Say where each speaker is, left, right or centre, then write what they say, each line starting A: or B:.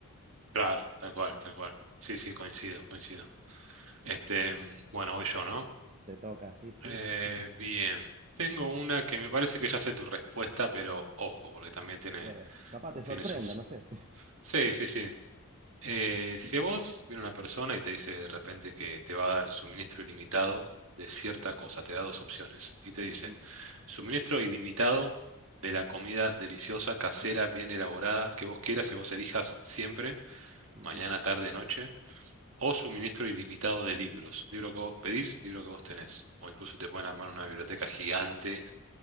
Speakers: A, on the right; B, on the right.
A: claro, tal cual, tal cual. Sí, sí, coincido, coincido. Este, mm, bueno, voy yo, ¿no?
B: Te toca, sí, sí.
A: Eh,
B: <laughs>
A: bien, tengo una que me parece que ya sé tu respuesta, pero ojo, porque también tiene,
B: Pues, capaz te
A: tiene
B: sorprenda,
A: sus...
B: no sé.
A: Sí, sí, sí. Eh, si a vos viene una persona y te dice de repente que te va a dar suministro ilimitado de cierta cosa, te da dos opciones y te
B: <laughs>
A: dice
B: Ujú,
A: suministro ilimitado de la comida deliciosa, casera, bien elaborada, que vos quieras y vos elijas siempre,
B: ujú.
A: mañana, tarde, noche, o suministro ilimitado de libros, libro que vos pedís, libro que vos tenés, o incluso te pueden armar una biblioteca gigante